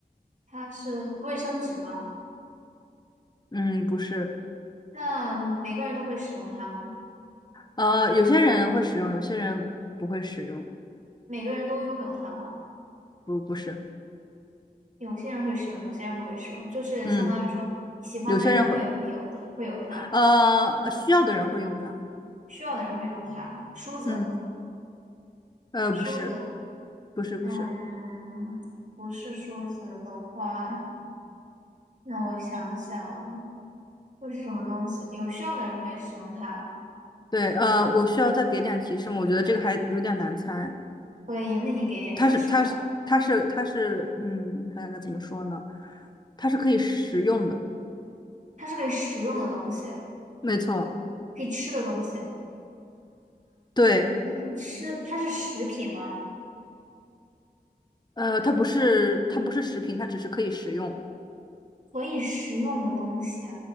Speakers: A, on the right (about 50°); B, on the left (about 25°).
A: 它是卫生纸吗？
B: 嗯，不是，
A: 那每个人都会使用它吗？
B: 呃，有些人会使用，有些人不会使用，
A: 每个人都拥有它吗？
B: 不，不是，
A: 有些人会使用，有些人不会使用，就是相当于说，
B: 嗯，
A: 喜欢的人会有它，
B: 有些人会，
A: 会有它；
B: 呃，需要的人会用它，
A: 需要的人会用它。梳子，
B: 嗯，呃，
A: 梳子，
B: 不是，不是，不是，
A: 嗯，不是梳子的话，那我想想，会是什么东西？有需要的人会使用它，
B: 对，呃，我需要再给点提示吗，我觉得这个还有点难猜，
A: 所以那你给点提示吧。
B: 它是，它是，它是，它是，嗯，看看该怎么说呢？它是可以食用的，
A: 它是可以食用的东西，
B: 没错，
A: 可以吃的东西，
B: 对，
A: 可以吃，它是食品吗？
B: 呃，它不是它不是食品，它只是可以食用，
A: 可以食用的东西，